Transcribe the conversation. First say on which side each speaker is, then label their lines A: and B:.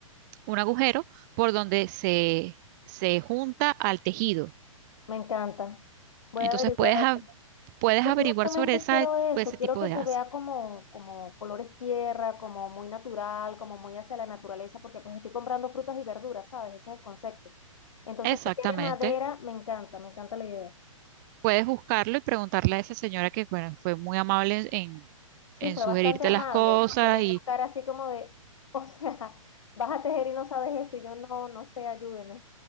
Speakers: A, on the right; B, on the left.
A: un agujero por donde se, se junta al tejido.
B: Me encanta. Voy
A: Entonces
B: a averiguar,
A: puedes,
B: a
A: a-
B: ver,
A: puedes
B: porque
A: averiguar
B: justamente
A: sobre esa,
B: quiero eso,
A: ese
B: quiero
A: tipo
B: que
A: de
B: se
A: asas.
B: vea como, como colores tierra, como muy natural, como muy hacia la naturaleza, porque pues estoy comprando frutas y verduras, ¿sabes? Ese es el concepto. Entonces,
A: Exactamente.
B: que quede madera, me encanta, me encanta la idea.
A: Puedes buscarlo y preguntarle a esa señora que, bueno, fue muy amable en,
B: Sí,
A: en
B: fue
A: sugerirte
B: bastante amable,
A: las cosas
B: porque me vio cara así como de, o sea, <laughs> vas a tejer y no sabes esto, y yo no, no sé, ayúdeme.